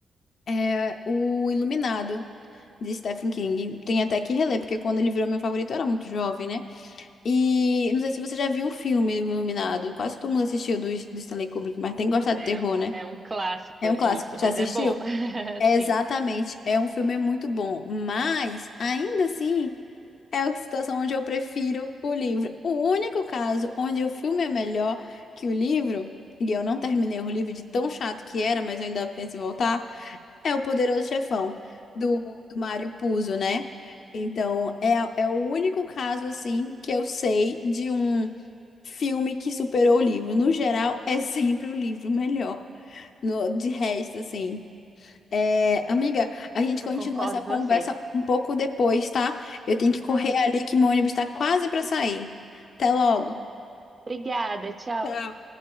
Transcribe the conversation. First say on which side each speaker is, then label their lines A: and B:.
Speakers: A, on the left; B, on the right.
A: É o Iluminado, de Stephen King. Tem até que reler, porque quando ele virou meu favorito eu era muito jovem, né? E não sei se você já viu o filme O Iluminado. Quase todo mundo assistiu do, do Stanley Kubrick, mas tem que gostar
B: É,
A: de terror, né?
B: é um clássico
A: É
B: isso,
A: um clássico. Já
B: mas
A: assistiu?
B: é bom, <laughs>
A: É,
B: sim.
A: exatamente. É um filme muito bom. Mas, ainda assim, é a situação onde eu prefiro o livro. O único caso onde o filme é melhor que o livro, e eu não terminei o livro de tão chato que era, mas eu ainda penso em voltar. É o poderoso chefão do, do Mário Puzo, né? Então, é, é o único caso, assim, que eu sei de um filme que superou o livro. No geral, é <laughs> sempre o livro melhor. No, de resto, assim. É,
B: É,
A: amiga, a gente
B: Eu
A: continua
B: concordo
A: essa conversa
B: com você.
A: um pouco depois, tá? Eu tenho que correr
B: Tá ótimo.
A: ali que meu ônibus tá quase pra sair. Até logo.
B: Obrigada, tchau.
A: Tchau.